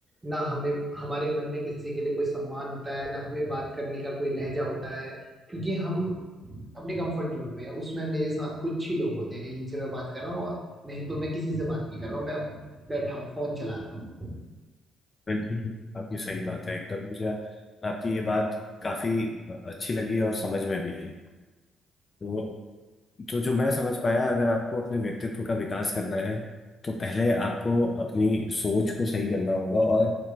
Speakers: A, on the right; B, on the left.
A: ना हमें हमारे मन में किसी के लिए कोई सम्मान होता है ना हमें बात करने का कोई लहजा होता है क्योंकि हम अपने कंफर्ट जोन में हैं। उसमें मेरे साथ कुछ ही लोग होते हैं जिनसे मैं बात कर रहा हूँ नहीं तो मैं किसी से बात नहीं कर रहा हूँ मैं बैठा हूँ फोन चला रहा हूँ
B: बिल्कुल आपकी सही बात है एकदम मुझे आपकी ये बात काफी अच्छी लगी और समझ में भी आई तो जो जो मैं समझ पाया अगर आपको अपने व्यक्तित्व का विकास करना है तो पहले आपको अपनी सोच को सही करना होगा और